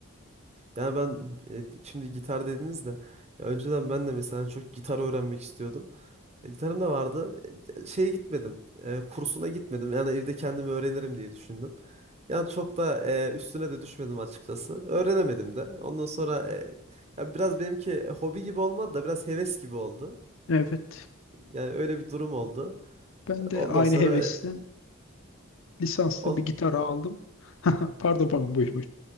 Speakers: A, on the right; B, on the left.
A: yani ben e, şimdi gitar dediniz de ya önceden ben de mesela çok gitar öğrenmek istiyordum. E, Gitarım da vardı. E, Şeye gitmedim. e, kursuna gitmedim. Yani evde kendimi öğrenirim diye düşündüm. Yani çok da e, üstüne de düşmedim açıkçası. Öğrenemedim de. Ondan sonra e, ya biraz benimki e, hobi gibi olmadı da biraz heves gibi oldu.
B: Evet.
A: Yani öyle bir durum oldu.
B: Ben de
A: Ondan
B: aynı
A: sonra
B: hevesten
A: e,
B: lisansta
A: on
B: bir gitar aldım. <laughs> Pardon pardon buyur buyur.